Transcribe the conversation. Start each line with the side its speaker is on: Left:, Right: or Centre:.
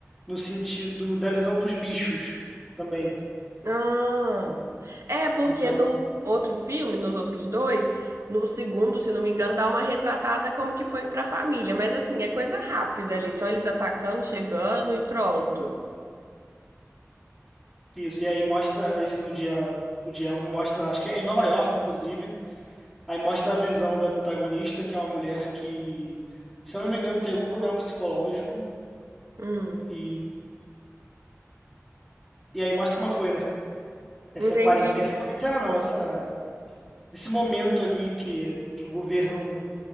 Centre: no sentido da visão dos bichos também.
Right: Ah, é porque
Centre: Então,
Right: no outro filme, nos outros dois, no segundo, se não me engano, dá uma retratada como que foi pra família, mas assim, é coisa rápida ali, só eles atacando, chegando e pronto.
Centre: Isso, e aí mostra esse no dia, o dia um mostra, acho que é em Nova York, inclusive. Aí mostra a visão da protagonista, que é uma mulher que, se eu não me engano, tem algum problema psicológico.
Right: Hum.
Centre: E, e aí mostra como foi, né? Essa
Right: Entendi.
Centre: quarentena, essa quarentena não, essa, esse momento ali que, que o governo